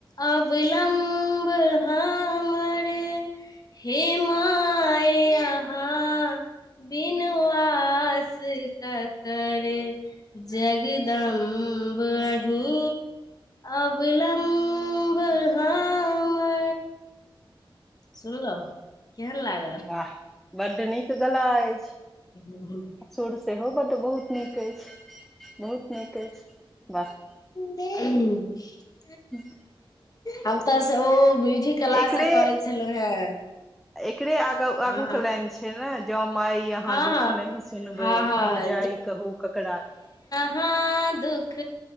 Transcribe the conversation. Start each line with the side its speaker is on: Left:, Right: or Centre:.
Left: अविलम्ब हमर हे माय‌आहा बिनु आस क कर जगदम्ब अही अविलंम्ब हमर सुनलो केहन लागल
Centre: वाह बड़ नीक गला अछि
Left: ह <unintelligible>
Centre: आ सुर सेहो बट बहुत नीक अछि बहुत नीक अछि बाह
Left: से ह
Centre: ह
Left: हम त से ओ म्यूजिक क्लास
Centre: एकरे
Left: से करै छलहुँ हें
Centre: एकरे आग
Left: हँ
Centre: आगू के लाइन छै फे ने ज म आइ यहा
Left: हँ
Centre: दुख
Left: हँ
Centre: नही सुनबे
Left: हँ हँ
Centre: हम जाइ कहु ककरा
Left: हँ दुख